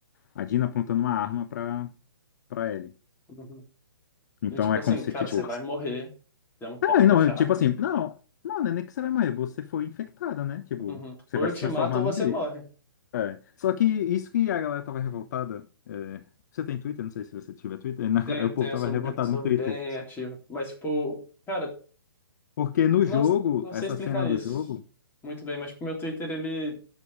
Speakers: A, on the left; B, on the left.
A: a Dina apontando uma arma para para ele.
B: Uhum.
A: Então
B: E tipo
A: é
B: assim,
A: como se
B: cara,
A: tipo,
B: você vai morrer. Eu não posso
A: ah, não,
B: deixar.
A: é tipo assim, não, não, não é nem que você vai morrer, você foi infectada, né? Tipo,
B: Uhum.
A: você
B: Ou
A: vai
B: eu
A: se
B: te
A: transformar
B: mato ou
A: num
B: você
A: bicho.
B: morre.
A: É. Só que isso que a galera tava revoltada. é, Você tem Twitter? Não sei se você tiver Twitter. <laughs> na-
B: Tenho,
A: O
B: tenho,
A: povo tava
B: eu sou,
A: revoltado
B: be- sou
A: no Twitter.
B: bem ativo. Mas, tipo, cara,
A: Porque no
B: não,
A: jogo,
B: não sei
A: essa
B: explicar
A: cena do
B: isso
A: jogo.
B: muito bem, mas, tipo, meu Twitter, ele,